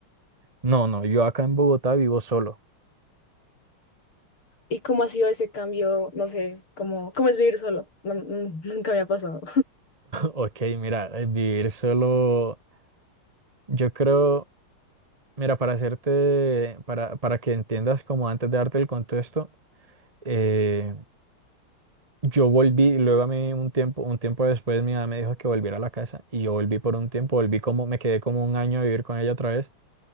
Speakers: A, on the right; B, on the left.
A: No, no, yo acá en Bogotá vivo solo.
B: ¿Y cómo ha sido ese cambio? No sé, ¿cómo, cómo es vivir solo? No, <laughs> mm, nunca me ha pasado.
A: Ok, mira, eh, vivir solo, yo creo, mira, para hacerte, para, para que entiendas como antes de darte el contexto, eh, yo volví, luego a mí un tiempo, un tiempo después mi mamá me dijo que volviera a la casa y yo volví por un tiempo, volví como, me quedé como un año a vivir con ella otra vez,